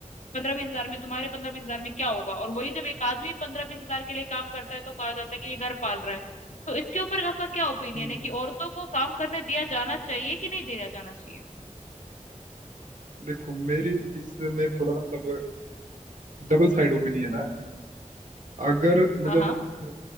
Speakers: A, on the left; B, on the right.
A: पंद्रह बीस हजार में तुम्हारे पंद्रह बीस हजार में क्या होगा और वही जब एक आदमी पंद्रह बीस हजार के लिए काम करता है तो कहा जाता है कि ये घर पाल रहा है तो इसके ऊपर आपका क्या ओपिनियन
B: हम्म।
A: है कि औरतों को काम करने दिया जाना चाहिए कि नहीं दिया जाना चाहिए
B: देखो मेरी इसमें थोड़ा सा मतलब डबल साइड ओपिनियन है अगर मतलब
A: हाँ हाँ
B: घर